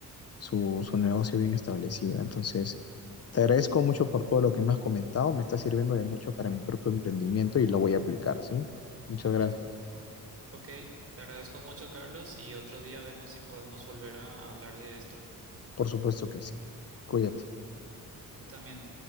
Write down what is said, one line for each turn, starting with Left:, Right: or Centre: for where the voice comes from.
Left: su, su negocio bien establecido. Entonces, te agradezco mucho por todo lo que me has comentado, me está sirviendo de mucho para mi propio emprendimiento y lo voy a aplicar, ¿sí? Muchas gracias.
Right: Ok, te agradezco mucho, Carlos, y otro día vemos si podemos volver a hablar de esto.
Left: Por supuesto que sí. Cuídate.
Right: Tú también.